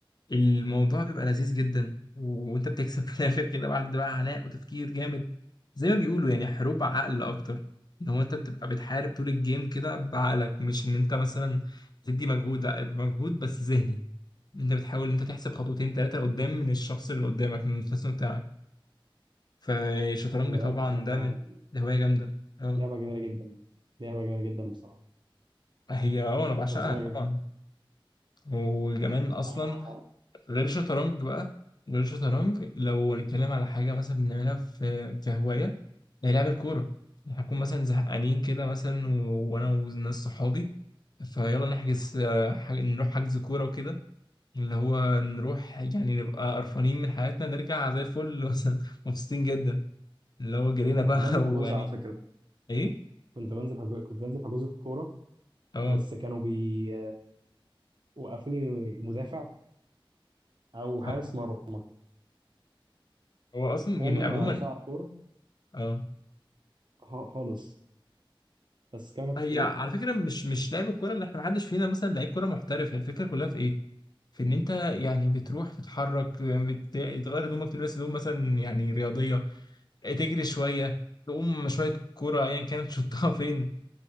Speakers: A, on the left (about 50°); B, on the right (about 55°).
A: الموضوع بيبقى لذيذ جدا و- وانت بتكسب في الاخر كده بعد بقى عناء وتفكير جامد زي ما بيقولوا يعني حروب عقل اكتر ان هو انت بتبقى بتحارب طول الجيم كده بعقلك مش ان انت مثلا تدي مجهود لا يبقى مجهود بس ذهني إن انت بتحاول إن انت تحسب خطوتين ثلاثه لقدام من الشخص اللي قدامك من الخصم بتاعك فالشطرنج
B: هي لعبة
A: طبعا
B: بصراحة
A: ده من ده هوايه جامده اه
B: لعبة جميلة جدا لعبة جميلة جدا بصراحة
A: هي اه انا بعشقها
B: فظيعة
A: طبعا
B: جدا
A: وكمان اصلا
B: آه،
A: غير الشطرنج بقى غير الشطرنج لو
B: مم.
A: هنتكلم على حاجة مثلا بنعملها في كهواية هي لعب الكورة هنكون مثلا زهقانين كده مثلا و- وأنا وناس صحابي فيلا نحجز آه، ح- نروح حجز كورة وكده اللي هو نروح يعني نبقى قرفانين من حياتنا نرجع زي الفل <laughs> مثلا مبسوطين جدا اللي هو جرينا
B: أنا
A: بقى
B: كنت بنزل
A: <laughs> ويعني
B: حجوز على فكرة
A: إيه؟
B: كنت بنزل حجو... كنت بنزل حجوزة كورة
A: أه
B: بس كانوا بي وقفوني مدافع أو حارس
A: آه،
B: مرمى
A: هو أصلا
B: عمري
A: يعني عموما
B: ما عرفت ألعب كورة
A: أه
B: خ- خالص بس كمان كنت
A: هي
B: ليه
A: على فكرة مش مش لعب الكورة اللي إحنا محدش فينا مثلا لعيب كورة محترف هي الفكرة كلها في إيه؟ في ان انت يعني بتروح تتحرك بت- تغير هدومك تلبس هدوم مثلا يعني رياضيه آه، تجري شويه تقوم شويه كوره ايا كانت شطها <laughs> فين